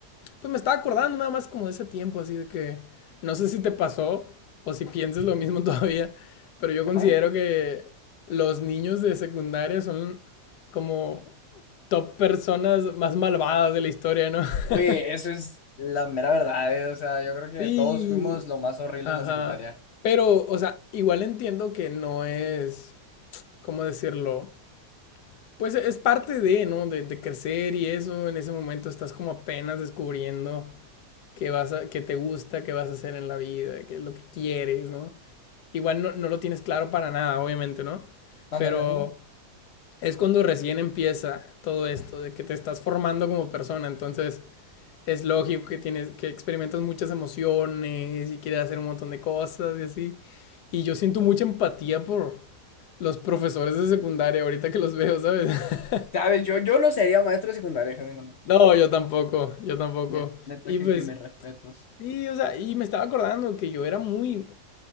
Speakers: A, on the left (about 80°); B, on the left (about 70°).
A: Pues me estaba acordando nada más como de ese tiempo, así de que no sé si te pasó o si piensas lo mismo <laughs> todavía, pero yo
B: ajá.
A: considero que los niños de secundaria son como top personas más malvadas de la historia, ¿no?
B: Oye,
A: <laughs>
B: eso es la mera verdad, eh, O sea, yo creo que
A: Sí,
B: todos fuimos lo más horrible
A: ajá.
B: en la secundaria.
A: Pero, o sea, igual entiendo que no es, ¿cómo decirlo? Pues es parte de, ¿no? De, de crecer y eso, en ese momento estás como apenas descubriendo qué, vas a, qué te gusta, qué vas a hacer en la vida, qué es lo que quieres, ¿no? Igual no, no lo tienes claro para nada, obviamente, ¿no?
B: Ándale,
A: Pero
B: ándale.
A: es cuando recién empieza todo esto, de que te estás formando como persona, entonces es lógico que tienes, que experimentas muchas emociones y quieres hacer un montón de cosas y así. Y yo siento mucha empatía por los profesores de secundaria ahorita que los veo, ¿sabes? <laughs>
B: ¿Sabes? Yo, yo no sería maestro de secundaria, genuinamente.
A: No, yo tampoco, yo tampoco.
B: Ne- Neta
A: Y
B: que,
A: pues,
B: que me respetos.
A: sí, o sea, y me estaba acordando que yo era muy,